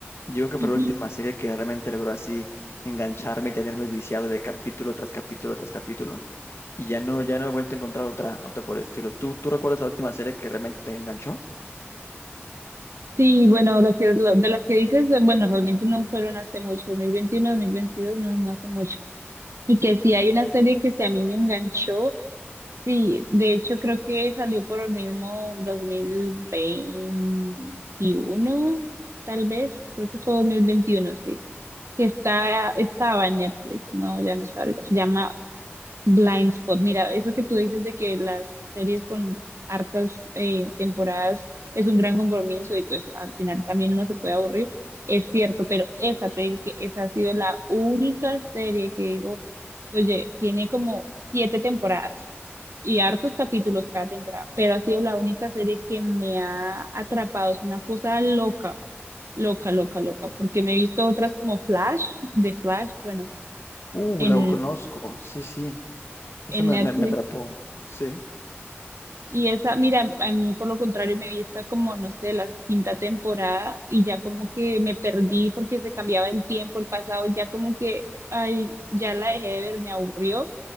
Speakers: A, on the left; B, on the right.
A: Yo creo que
B: Ujú.
A: fue la última serie que realmente logró así engancharme y tenerme viciado de capítulo tras capítulo tras capítulo. Y ya no, ya no he vuelto a encontrar otra, otra por el estilo. ¿Tú, tú recuerdas la última serie que realmente te enganchó?
B: Sí, bueno, lo que, lo- de lo que dices, eh, bueno, realmente no fueron hace mucho, dos dos mil veintiuno dos mil veintidós no, no hace mucho. Y que sí hay una serie que sí a mí me enganchó, Sí, de hecho creo que salió por el mismo 2021, tal vez, creo que fue 2021, sí, que está, estaba en Netflix, no, ya no está ahorita, se llama Blind Spot, mira, eso que tú dices de que las series con hartas eh, temporadas es un gran compromiso y pues al final también uno se puede aburrir, es cierto, pero esa, te digo que esa ha sido la única serie que digo, oye, tiene como siete temporadas y hartos capítulos cada temporada, pero ha sido la única serie que me ha atrapado, es una cosa loca, loca, loca, loca, porque me he visto otras como Flash, de Flash, bueno,
A: Uh,
B: en,
A: la conozco, sí, sí, esa
B: en
A: me,
B: Netflix.
A: me, me atrapó, sí.
B: Y esa, mira, a mí por lo contrario me vi esta como, no sé, la quinta temporada y ya como que me perdí porque se cambiaba el tiempo, el pasado, y ya como que, ay, ya la dejé de ver, me aburrió,